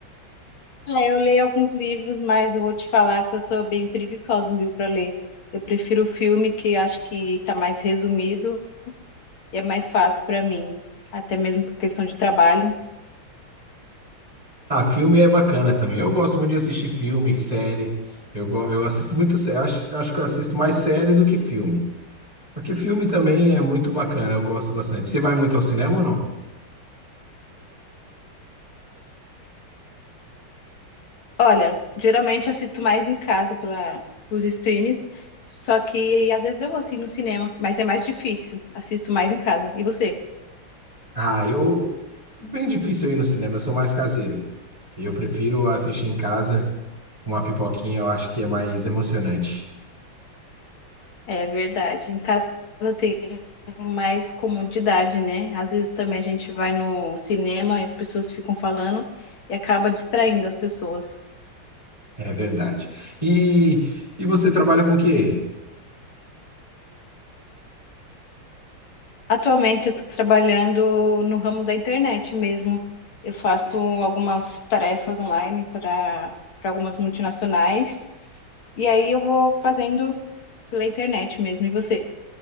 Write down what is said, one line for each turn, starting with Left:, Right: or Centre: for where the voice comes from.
Left: Ah, eu leio alguns livros, mas eu vou te falar que eu sou bem preguiçosa, viu, para ler. Eu prefiro o filme, que acho que está mais resumido e é mais fácil para mim, até mesmo por questão de trabalho.
Right: Ah, filme é bacana também. Eu gosto muito de assistir filme, série. Eu, go- eu assisto muito. sé- Acho, acho que eu assisto mais série do que filme. Porque filme também é muito bacana. Eu gosto bastante. Você vai muito ao cinema ou não?
Left: Olha, geralmente eu assisto mais em casa pela, pelos streams, só que às vezes eu vou assim no cinema, mas é mais difícil. Assisto mais em casa. E você?
Right: Ah, eu. Bem difícil eu ir no cinema. Eu sou mais caseiro. E Eu prefiro assistir em casa com uma pipoquinha, eu acho que é mais emocionante.
Left: É verdade. Em casa tem mais comodidade, né? Às vezes também a gente vai no cinema e as pessoas ficam falando e acaba distraindo as pessoas.
Right: É verdade. E, e você trabalha com o quê?
Left: Atualmente eu estou trabalhando no ramo da internet mesmo. Eu faço algumas tarefas online para para algumas multinacionais e aí eu vou fazendo pela internet mesmo. E você?